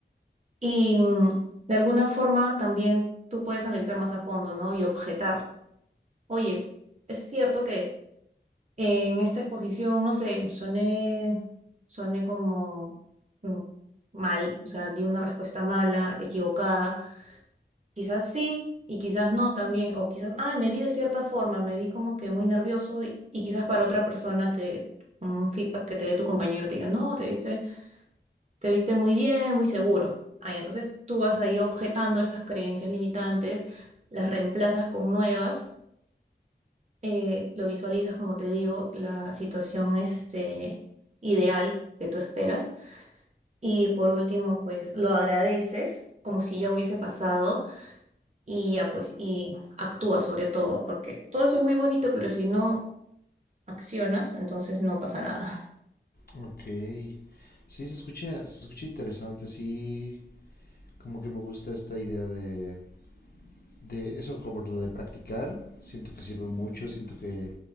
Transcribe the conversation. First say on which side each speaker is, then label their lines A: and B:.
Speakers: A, on the right; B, on the left.
A: Y mm, de alguna forma también tú puedes analizar más a fondo, ¿no? Y objetar, oye, es cierto que en esta exposición, no sé, soné, soné como mm, mal, o sea, di una respuesta mala, equivocada. Quizás sí y quizás no también, o quizás, ay, me vi de cierta forma, me vi como que muy nervioso y, y quizás para otra persona te, un feedback que te dé tu compañero te diga, no, te viste, te viste muy bien, muy seguro. Ay, entonces tú vas ahí objetando esas creencias limitantes, las reemplazas con nuevas eh, lo visualizas, como te digo, la situación este, ideal que tú esperas. Y por último, pues lo agradeces como si ya hubiese pasado y ya pues y actúa sobre todo, porque todo eso es muy bonito, pero si no accionas, entonces no pasa nada.
B: ok sí se escucha se escucha interesante sí Como que me gusta esta idea de, de eso, como lo de practicar. Siento que sirve mucho, siento que